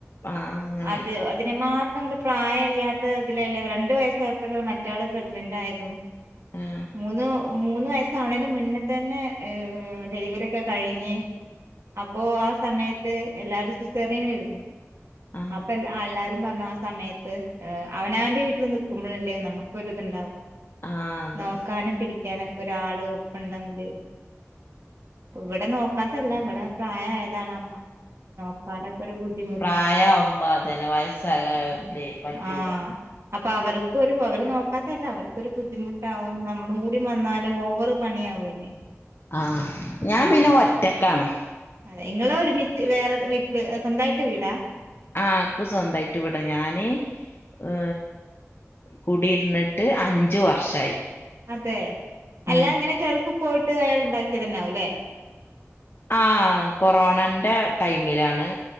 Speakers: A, on the left; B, on the right.
A: ആഹ് അങ്ങനെ
B: അത് അതിന് മാത്രം ങ്ങട് പ്രായമല്ല്യാത്ത ഇതിലല്ലേ രണ്ടു വയസായപ്പോഴ മാറ്റാളെ പ്രഗ്നന്റ് ആയതും
A: ആഹ്
B: മൂന്ന് മൂന്ന് വയസ് ആവണേന് മുന്നെ തന്നെ ഡെലിവറി ഒക്കെ കഴിഞ്ഞ് അപ്പൊ ആ സമയത്ത് എല്ലാരും സിസേറിയനായിരുന്നു
A: ആഹ്
B: അപ്പൊ അല്ലാരും പറഞ്ഞു ആ സമയത്ത് അവനവന്റെ വീട്ടിൽ നിൽക്കുമ്പോഴല്ലേ നമുക്ക ഒരിത്ണ്ടാവാ
A: ആഹ് അതെ
B: നോക്കാനും പിടിക്കാനൊക്കെ ഒരാള് ഒപ്പണ്ടെങ്കില് ഇവിടെ നോക്കാതല്ല ഇവിടെ പ്രായമായതാണ് അമ്മ നോക്കാനൊക്കെ ഒരു ബുദ്ധി
A: പ്രായ ഒമ്പതിന് വയസ്സാകാതെ ന്തേ പറ്റൂടെ
B: ആഹ് അപ്പൊ അവർക്കൊരു അവര് നോക്കാത്തല്ല അവർക്കൊരു ബുദ്ധിമുട്ടാവും നമ്മളും കൂടി വന്നാല് ഓവറ് പണിയാവൂല്ലേ
A: ആ ഞാൻ
B: അപ്പൊ
A: പിന്നെ ഒറ്റക്കാണ്
B: അതെ നിങ്ങളെ ഒരുമിച്ച് വേറെ വീട്ടില് സ്വന്തമായിട്ട് വീടാ
A: ആഹ് ആക്ക് സ്വന്തയിട്ട് ഇവിട ഞാന് ഏ കൂടിയിരുന്നിട്ട് അഞ്ചു വർഷായി
B: അതെ അല്ലാ
A: ഉം
B: അങ്ങനെ ഗൾഫിൽ പോയിട്ട് അയാൾ ഉണ്ടാക്കിയ തന്നാവും ല്ലേ
A: ആ കൊറോണന്റെ ടൈമിലാണ്